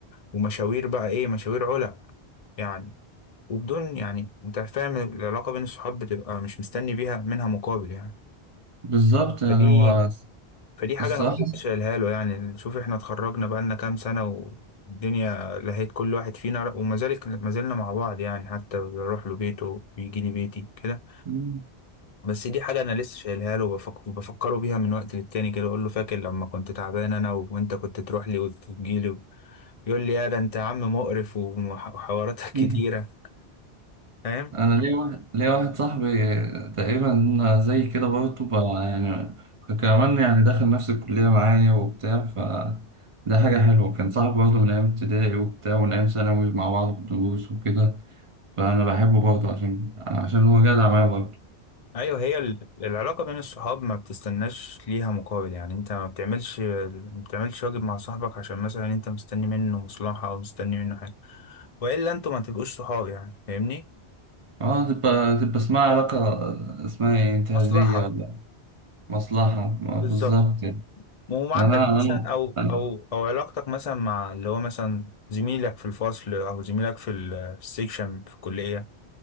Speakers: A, on the left; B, on the right.
A: ومشاوير بقى ايه مشاوير علق يعني وبدون يعني انت فاهم العلاقة بين الصحاب بتبقى مش مستني بيها منها مقابل يعني
B: بالظبط يعني
A: فدي
B: هو
A: فدي حاجة
B: الصراحة
A: انا مبقتش شايلها له يعني شوف احنا اتخرجنا بقالنا كام سنة والدنيا لهيت كل واحد فينا وما ذلك ما زلنا مع بعض يعني حتى بروح له بيته ويجي لي بيتي كده
B: مم.
A: بس دي حاجة انا لسه شايلها له وبفك- وبفكره بيها من وقت للتاني كده اقول له فاكر لما كنت تعبان انا وانت كنت تروح لي وتجي لي يقول لي يا ده انت يا عم مقرف وحواراتك كتيرة
B: مم.
A: فاهم
B: انا ليا واحد ليا واحد صاحبي تقريبا زي كده برضه بقى يعني كمان يعني دخل نفس الكلية معايا وبتاع ف ده حاجة حلوة كان صاحبي برضه من أيام ابتدائي وبتاع ومن أيام ثانوي مع بعض في الدروس وكده فأنا بحبه برضه عشان عشان هو جدع معايا برضه
A: ايوه هي ال- العلاقه بين الصحاب ما بتستناش ليها مقابل يعني انت ما بتعملش ما بتعملش واجب مع صاحبك عشان مثلا انت مستني منه مصلحه او مستني منه حاجه والا انتوا ما تبقوش صحاب يعني فاهمني
B: اه تبقى تبقى اسمها علاقة اسمها ايه انتهازية
A: مصلحه
B: ولا مصلحة ما
A: بالظبط
B: بالظبط يعني.
A: وما
B: أنا
A: عندك
B: أنا
A: مثلا او
B: أنا
A: او او علاقتك مثلا مع اللي هو مثلا زميلك في الفصل او زميلك في ال- في السكشن في الكليه